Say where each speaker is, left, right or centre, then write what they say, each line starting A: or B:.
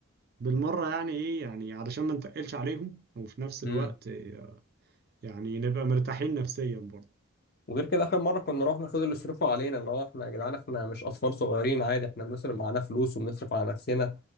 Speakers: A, on the right; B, on the left.
A: بالمرة يعني ايه يعني علشان ما نتقلش عليهم وفي نفس الوقت
B: امم
A: آه، يعني نبقى مرتاحين نفسيا برضو
B: وغير كده اخر مره كنا رحنا خدوا اللي يصرفوا علينا اللي هو احنا يا جدعان احنا مش اطفال صغيرين عادي احنا بنصرف معانا فلوس وبنصرف على نفسنا